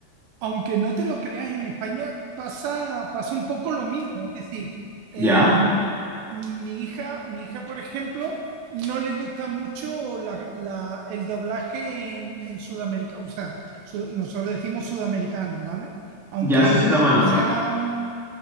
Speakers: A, on the right; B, in the centre.
A: aunque no te lo creas, en España pasa, pasa un poco lo mismo. Es decir, em,
B: Ya,
A: mi hija, mi hija, por ejemplo, no le gusta mucho la- la- el doblaje en, en Sudamérica. O sea, su- nosotros decimos sudamericano, ¿vale? Aunque,
B: ya, sí, sí, normal,
A: aunque
B: normal.
A: sean